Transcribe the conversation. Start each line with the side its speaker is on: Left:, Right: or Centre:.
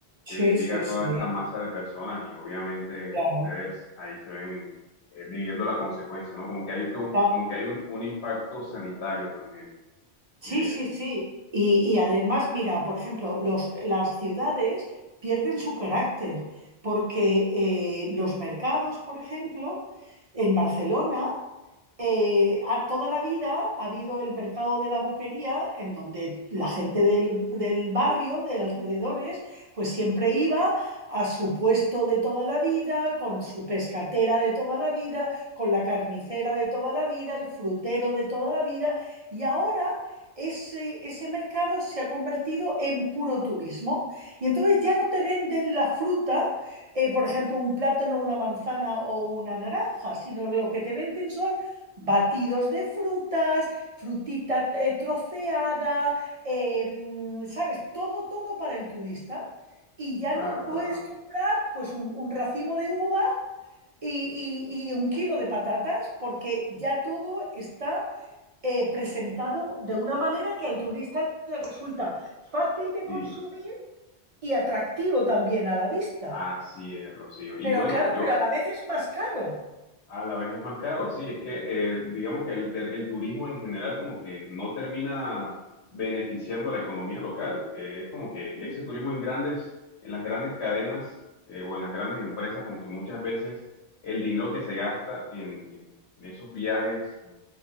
Left: que
Right: Sí,
Left: llega
Right: sí,
Left: toda
Right: sí,
Left: esta masa de personas y obviamente
Right: claro.
Left: ustedes ahí se ven eh, viviendo la consecuencia, ¿no? Como que hay, un-
Right: claro.
Left: como que hay un, un impacto sanitario también,
Right: Sí,
Left: diría.
Right: sí, sí. Y, y además, mira, por ejemplo, los- las ciudades pierden su carácter porque eh, los mercados, por ejemplo, en Barcelona eh, a- toda la vida ha habido el mercado de la boquería, en donde la gente del, del barrio, de alrededores, pues siempre iba a su puesto de toda la vida, con su pescatera de toda la vida, con la carnicera de toda la vida, el frutero de toda la vida, y ahora... Ese, ese mercado se ha convertido en puro turismo y entonces ya no te venden la fruta, eh, por ejemplo, un plátano, una manzana o una naranja, sino lo que te venden son batidos de frutas, frutita eh, troceada, eh, ¿sabes? Todo, todo para el turista. Y ya
Left: Claro,
Right: no puedes
Left: claro.
Right: comprar pues un, un racimo de uva y, y- y un kilo de patatas porque ya todo está eh, presentado de una manera que al turista le resulta fácil de
Left: Sí,
Right: consumir y atractivo también a la vista.
Left: así es, Rocío. Y
Right: Pero
Left: bueno,
Right: claro,
Left: yo
Right: pero a la vez es más caro.
Left: A la vez es más caro, sí, es que eh, digamos que el, ter- el turismo en general como que no termina beneficiando a la economía local. Eh, es como que
Right: Ujú,
Left: ese turismo en grandes, en las grandes cadenas eh, o en las grandes empresas, como que muchas veces el dinero que se gasta en, en- en esos viajes eh,